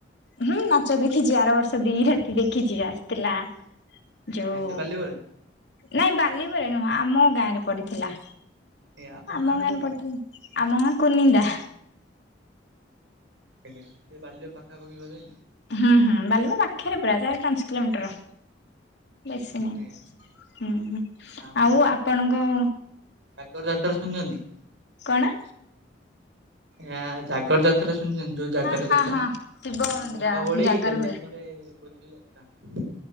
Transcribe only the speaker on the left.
ହୁଁ ନାଚ ଦେଖିଛି, ଆର ବର୍ଷ ଦି ରାତି ଦେଖିଛି ଆସିଥିଲା। ଯୋଉ
ନାଇଁ ବ <unintelligible> ନୁହଁ ଆମ ଗାଁ ରେ ପଡିଥିଲା।
ଆମ
ଗାଁ
ପଡିଥିଲା,
ଆମ ଗାଁ କୁର୍ନିନ୍ଦା।
ହୁଁ ହୁଁ ବାଳୁଙ୍ଗା ପାଖରେ ପୁରା, ପ୍ରାୟ ପାଞ୍ଚ କିଲୋମିଟର। ବେଶୀ
ନହିଁ, ହୁଁ
ଆଉ ଆପଣଙ୍କ
କଣ?
ହଁ ହଁ
ହଁ ଶିବ ମନ୍ଦିର
ଜାଗର
ହୁଏ